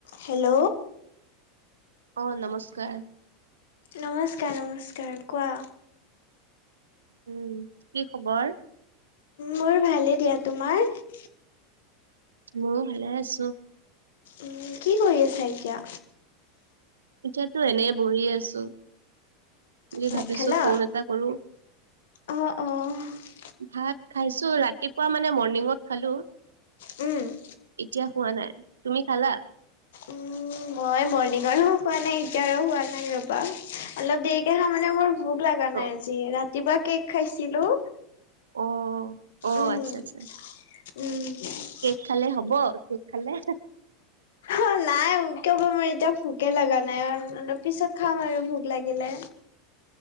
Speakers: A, on the left; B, on the right.
A: Hello?
B: অ'! নমস্কাৰ।
A: নমস্কাৰ, নমস্কাৰ! কোৱা?
B: উম, কি খবৰ?
A: মোৰ ভালেই দিয়া, তোমাৰ?
B: মোৰো ভালে আছোঁ।
A: উম কি কৰি আছা এতিয়া?
B: এতিয়াতো, এনেই বহি আছোঁ। বুলি
A: ভাত
B: ভাবিছোঁ!
A: খালা
B: ফোন এটা কৰোঁ।
A: অ অ উম
B: ভাত খাইছোঁ। ৰাতিপুৱা মানে, মৰ্ণিঙত খালোঁ।
A: উম!
B: এতিয়া খোৱা নাই। তুমি খালা?
A: উম মই মৰ্ণিঙৰো খোৱা নাই, এতিয়াৰো খোৱা নাই ৰ'বা! অলপ দেৰিকে খাম মানে, মোৰ ভোক লগা নাই
B: অ
A: আজি, ৰাতিপুৱা কে'ক খাইছিলোঁ।
B: অ অ
A: উম,
B: আচ্ছা আচ্ছা
A: উম।
B: কে'ক খালে হ'ব, কে'ক খালে?
A: অ'! নাই, কিয় বা মোৰ এতিয়া, ভোকে লগা নাই। অলপ পিছত, খাম আৰু ভোক লাগিলে।